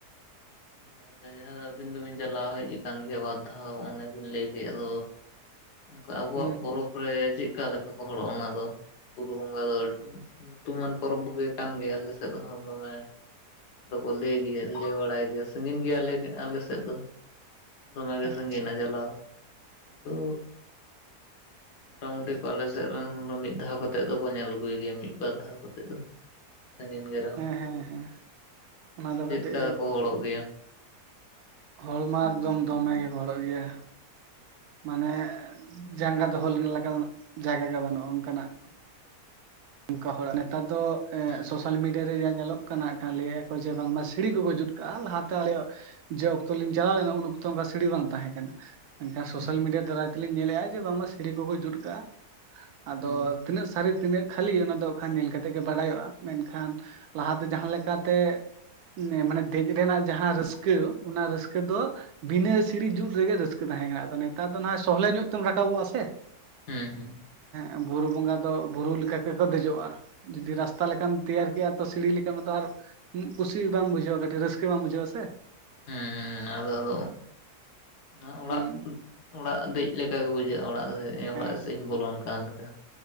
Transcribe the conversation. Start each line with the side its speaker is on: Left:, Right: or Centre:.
Left: ᱛᱟᱦᱚᱞᱮ ᱡᱟᱦᱟᱸ ᱟᱹᱵᱤᱱ ᱫᱚᱵᱤᱱ ᱪᱟᱞᱟᱣ ᱦᱮᱡ ᱟᱠᱟᱱ ᱜᱮᱭᱟ ᱵᱟᱨ ᱫᱷᱟᱣ ᱚᱱᱮ ᱵᱤᱱ ᱞᱟᱹᱭ ᱠᱮᱜ ᱟᱫᱚ
Right: <inaudible>
Left: ᱚᱝᱠᱟ ᱟᱵᱚᱣᱟᱜ
Right: ᱦᱩᱸ
Left: ᱯᱚᱨᱚᱵᱽ ᱨᱮ ᱪᱮᱜᱠᱟ ᱞᱮᱠᱟ ᱠᱚ ᱦᱚᱲᱚᱜᱼᱟ ᱚᱱᱟ ᱫᱚ? ᱵᱩᱨᱩ ᱵᱚᱸᱜᱟ ᱫᱚ ᱧᱩᱛᱩᱢᱟᱱ ᱯᱚᱨᱚᱵᱽ ᱜᱮ ᱠᱟᱱ ᱜᱮᱭᱟ ᱟᱞᱮ ᱥᱮᱫ ᱦᱚᱸ ᱫᱚᱢᱮ ᱫᱚᱠᱚ ᱞᱟᱹᱭ ᱜᱮᱭᱟ, ᱞᱟᱹᱭ ᱵᱟᱲᱟᱭ ᱜᱮᱭᱟ᱾ ᱥᱟᱺᱜᱤᱱ ᱜᱮᱭᱟ ᱟᱞᱮ ᱜᱮ ᱟᱞᱮ ᱥᱮᱫ ᱫᱚ᱾ ᱫᱚᱢᱮ ᱜᱮ
Right: ᱟᱪᱪᱷᱟ
Left: ᱥᱟᱺᱜᱤᱱᱟ ᱪᱟᱞᱟᱣ᱾ ᱠᱤᱱᱛᱩ
Right: <inaudible>
Left: ᱢᱚᱴᱟ ᱢᱩᱴᱤ ᱠᱚ ᱟᱞᱮ ᱞᱥᱮᱜ ᱨᱮᱱ ᱦᱳᱞᱳ ᱢᱤᱫ ᱫᱷᱟᱣ ᱠᱟᱛᱮᱜ ᱫᱚᱠᱚ ᱧᱮᱞ ᱟᱹᱜᱩᱭ ᱜᱮᱭᱟ ᱢᱤᱫ ᱵᱟᱨ ᱫᱷᱟᱣ ᱠᱚᱛᱮᱜ ᱫᱚ᱾ ᱥᱟᱺᱜᱤᱱ ᱜᱮ ᱨᱮᱦᱚᱸ᱾
Right: ᱦᱮᱸ ᱦᱮᱸ ᱦᱮᱸ ᱚᱱᱟ ᱫᱚ
Left: ᱪᱮᱫᱠᱟ
Right: ᱠᱟᱹᱴᱤᱡ
Left: ᱫᱚᱠᱚ ᱦᱚᱲᱚᱜ ᱜᱮᱭᱟ?
Right: ᱦᱚᱲᱢᱟ ᱮᱠᱫᱚᱢ ᱫᱚᱢᱮ ᱜᱮᱠᱚ ᱦᱚᱲᱚᱜ ᱜᱮᱭᱟ᱾ ᱢᱟᱱᱮ ᱡᱟᱸᱜᱟ ᱫᱚᱦᱚ ᱞᱮᱱᱟ ᱞᱮᱠᱟᱱᱟᱜ ᱡᱟᱭᱜᱟ ᱜᱮ ᱵᱟᱱᱩᱜᱼᱟ ᱚᱱᱠᱟᱱᱟᱜ᱾ ᱚᱱᱠᱟ ᱦᱚᱲᱟᱜ ᱱᱮᱛᱟᱨ ᱫᱚ ᱮᱸ
Left: ᱟᱪᱪᱷᱟ
Right: ᱥᱳᱥᱟᱞ ᱢᱤᱰᱤᱭᱟ ᱨᱮ ᱡᱟ ᱧᱮᱞᱚᱜ ᱠᱟ ᱱᱟᱜ ᱠᱷᱟᱱ ᱞᱟᱹᱭᱮ-ᱟ ᱠᱚ ᱡᱮ ᱵᱟᱝᱢᱟ ᱥᱤᱲᱤ ᱠᱚᱠᱚ ᱡᱩᱫᱽ ᱠᱟᱜᱼᱟ᱾ ᱞᱟᱦᱟᱛᱮ ᱟᱞᱭᱟᱜ ᱡᱮ ᱚᱠᱛᱚ ᱞᱤᱧ ᱪᱟᱞᱟᱣ ᱞᱮᱱᱟ ᱩᱱ ᱚᱠᱛᱚ ᱚᱱᱠᱟ ᱥᱤᱲᱤ ᱵᱟᱝ ᱛᱟᱦᱮᱸ ᱠᱟᱱᱟ᱾ ᱢᱮᱱᱠᱷᱟᱱ ᱥᱳᱥᱟᱞ
Left: ᱦᱩᱸ
Right: ᱢᱤᱰᱤᱭᱟ ᱫᱟᱨᱟᱭ ᱛᱮᱞᱤᱧ ᱧᱮᱞᱮᱫᱼᱟ ᱡᱮ ᱵᱟᱝᱢᱟ ᱥᱤᱲᱤ ᱠᱚᱠᱚ ᱡᱩᱛ ᱟᱠᱟᱼᱟ᱾ ᱟᱫᱚ
Left: ᱦᱩᱸ
Right: ᱛᱤᱱᱟᱹᱜ ᱥᱟᱹᱨᱤ ᱛᱤᱱᱟᱹᱜ ᱠᱷᱟᱹᱞᱤ ᱚᱱᱟ ᱫᱚ ᱟᱠᱷᱟᱱ ᱧᱮᱞ ᱠᱟᱛᱮᱜ ᱜᱮ ᱵᱟᱰᱟᱭᱚᱜᱼᱟ᱾ ᱢᱮᱱᱠᱷᱟᱱ ᱞᱟᱦᱟ ᱫᱟ ᱡᱟᱦᱟᱸ ᱞᱮᱠᱟᱛᱮ ᱱᱮ ᱢᱟᱱᱮ ᱫᱮᱡ ᱨᱮᱱᱟᱜ ᱡᱟᱦᱟᱸ ᱨᱟᱹᱥᱠᱟᱹ ᱚᱱᱟ ᱨᱟᱹᱥᱠᱟᱹ ᱫᱚ ᱵᱤᱱᱟᱹ ᱥᱤᱲᱤ ᱡᱩᱫᱽ ᱨᱮᱜᱮ ᱨᱟᱹᱥᱠᱟᱹ ᱛᱟᱦᱮᱸ ᱠᱟᱱᱟ᱾ ᱟᱫᱚ ᱱᱮᱛᱟᱨ ᱫᱚ ᱱᱷᱟᱭ ᱥᱚᱦᱞᱮ ᱧᱚᱜ ᱛᱮᱢ ᱨᱟᱠᱟᱵᱚᱜᱼᱟ ᱥᱮ᱾
Left: ᱦᱮᱸ ᱦᱮᱸ
Right: ᱮᱸᱜ ᱵᱩᱨᱩ ᱵᱚᱸᱜᱟ ᱫᱚ ᱵᱩᱨᱩ ᱞᱮᱠᱟ ᱛᱮᱠᱚ ᱫᱮᱡᱚᱜᱼᱟ ᱡᱩᱫᱤ ᱨᱟᱥᱛᱟ ᱞᱮᱠᱟᱢ ᱛᱮᱭᱟᱨ ᱠᱮᱭᱟ ᱛᱚ ᱥᱤᱲᱤ ᱞᱮᱠᱟᱱᱟᱜ ᱛᱚ ᱟᱨ ᱠᱩᱥᱤ ᱵᱟᱝ ᱵᱩᱡᱷᱟᱹᱣᱟ ᱠᱟᱹᱴᱤᱡ ᱨᱟᱹᱥᱠᱟᱹ ᱵᱟᱝ ᱵᱩᱡᱷᱟᱹᱣᱟ ᱥᱮ
Left: ᱦᱮᱸ ᱟᱨᱚ ᱟᱨᱚ ᱱᱚᱣᱟ ᱚᱲᱟᱜ
Right: ᱦᱩᱸ
Left: ᱚᱲᱟᱜ ᱫᱮᱡ ᱞᱮᱠᱟ ᱜᱮ ᱵᱩᱡᱷᱟᱹᱜᱼᱟ ᱚᱲᱟᱜ ᱥᱮᱫ
Right: ᱦᱮᱸ
Left: ᱚᱲᱟᱜ ᱥᱮᱫ ᱤᱧ ᱵᱚᱞᱚᱱ ᱠᱟᱱ ᱞᱮᱠᱟ।